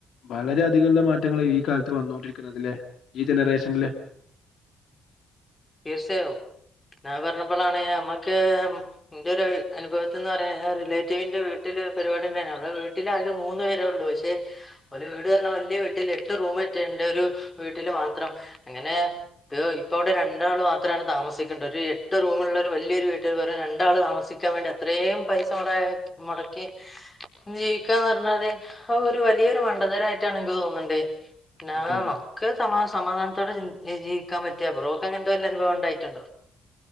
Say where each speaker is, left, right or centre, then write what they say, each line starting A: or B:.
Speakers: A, on the left; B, on the left.
A: വളരെ അധികള്ള മാറ്റങ്ങളാ ഈ കാലത്ത് വന്നോണ്ടിരിക്കുന്നത് ല്ലേ. ഈ ജനറേഷനില്
B: തീർച്ചയായും ഞാൻ പറഞ്ഞപ്പളാണ് നമ്മക്ക് എന്റെ ഒരു അനുഭവത്തിന്ന് പറയ റിലേറ്റീവിന്റെ വീട്ടില് പരിപാടിണ്ടാനി അവ്ടെ വീട്ടിൽ ആകെ മൂന്നു പേര പക്ഷെഓലേ വീട് പർഞ്ഞ വലിയ വീട്ടിൽ എട്ട് റൂമണ്ട് ഒരു വീട്ടില് മാത്രം അങ്ങനെ ഇ ഇപൗടെ രണ്ട് രണ്ടാള് മാത്രമാണ് താമസിക്ക്ണ്ട്. ഒരു എട്ട് റൂമുള്ള ഒരു വല്യോരു വീട്ടിൽ വെറും രണ്ടാള് താമസിക്കാൻ വേണ്ടി അത്രയും പൈസ മുടെ മുടക്കി ജീവിക്കാന്ന് പറഞ്ഞാല് ഒരു വലിയൊരു മണ്ഡതരായിട്ടാണ് നിക്ക് തോന്ന്ണ്ട് നാ
A: അതെ അതെ
B: നമുക്ക് സമാ സമാധാനത്തോടെ ജീവിക്കാൻ പറ്റ്‌യ ബ്റോക് അങ്ങൻത്തെ വല്ല അനുഭവം ണ്ടായിട്ടുണ്ടോ